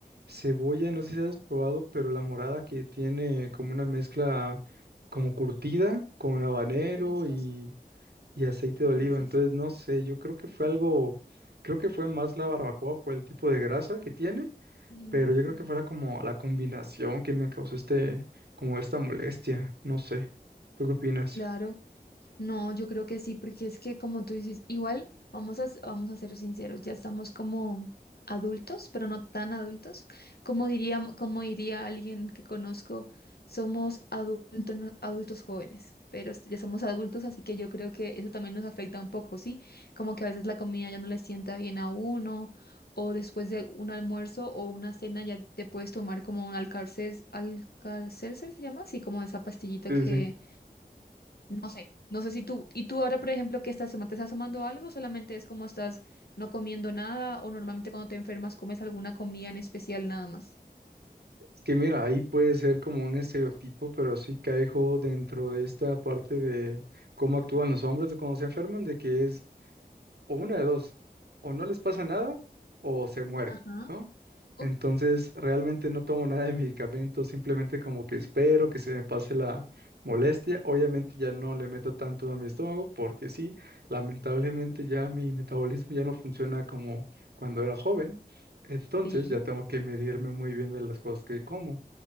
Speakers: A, on the right; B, on the left.
A: cebolla, no sé si has probado, pero la morada que tiene como una mezcla como curtida con habanero
B: deliciosa.
A: y, y aceite de oliva.
B: Sí, sí,
A: Entonces,
B: sí.
A: no sé, yo creo que fue algo, creo que fue más la barbacoa por el tipo de grasa que tiene
B: Mm,
A: pero yo creo que fuera como la combinación que me causó este, como esta molestia, no sé. ¿Tú qué opinas?
B: Claro. No, yo creo que sí, porque es que como tú dices, igual vamos a, s- vamos a ser sinceros, ya estamos como adultos, pero no tan adultos. Como diría, como diría alguien que conozco, somos adultos, adultos jóvenes, pero s- ya somos adultos, así que yo creo que eso también nos afecta un poco, ¿sí? Como que a veces la comida ya no le sienta bien a uno, o después de un almuerzo o una cena ya te puedes tomar como un alcalcer, alcalcer, ¿se llama? Sí, como esa pastillita
A: Sí,
B: que
A: sí.
B: no sé, no sé si tú, y tú ahora, por ejemplo, qué estás tomando, te estás tomando algo, solamente es como estás no comiendo nada, o normalmente cuando te enfermas comes alguna comida en especial nada más.
A: Es que mira, ahí puede ser como un estereotipo, pero sí caigo dentro de esta parte de cómo actúan los hombres de cuando se enferman, de que es o una de dos, o no les pasa nada o se mueren,
B: Ajá.
A: ¿no?
B: Uf,
A: Entonces, realmente no tomo nada de medicamento, simplemente como que espero que se me pase la molestia. Obviamente ya no le meto tanto a mi estómago porque sí, lamentablemente ya mi metabolismo ya no funciona como cuando era joven. Entonces,
B: sí,
A: ya tengo que medirme muy bien de las cosas que como